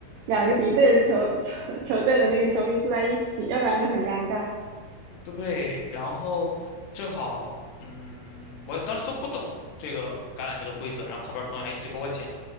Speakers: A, on the right; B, on the left.
A: 两个敌对的球 <laughs> 球球队的那个球迷坐在一起，要不然就很尴尬。
B: 对，然后正好，嗯，我当时都不懂这个橄榄球的规则，然后旁边朋友还一直跟我讲。